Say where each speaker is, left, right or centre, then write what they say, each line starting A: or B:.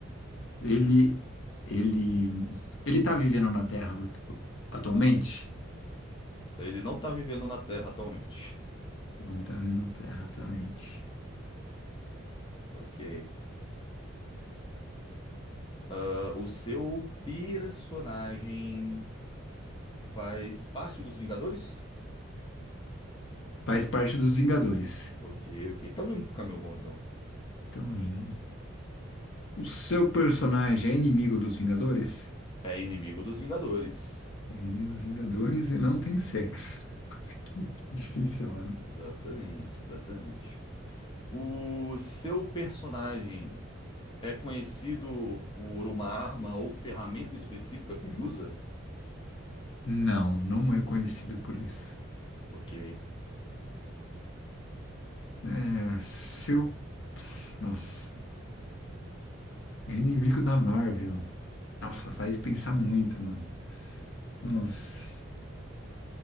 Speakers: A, on the left; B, on the left.
A: Ele, ele, ele tá vivendo na Terra atualmente?
B: Ele não tá vivendo na Terra atualmente.
A: Não tá vindo terra, exatamente.
B: Ok. Ah, o seu personagem faz parte dos Vingadores?
A: Faz parte dos Vingadores.
B: Ok, ok. Tá indo pro caminho bom, então.
A: Tão indo. O seu personagem é inimigo dos Vingadores?
B: É inimigo dos Vingadores.
A: É inimigo dos Vingadores e não tem sexo. <laughs> Que difícil,
B: Exatamente,
A: né?
B: exatamente. O seu personagem é conhecido por uma arma ou ferramenta específica que ele usa?
A: Não, não é conhecido por isso.
B: Ok,
A: É, seu. Nossa, é inimigo da Marvel. Nossa, faz pensar muito, mano. Nossa,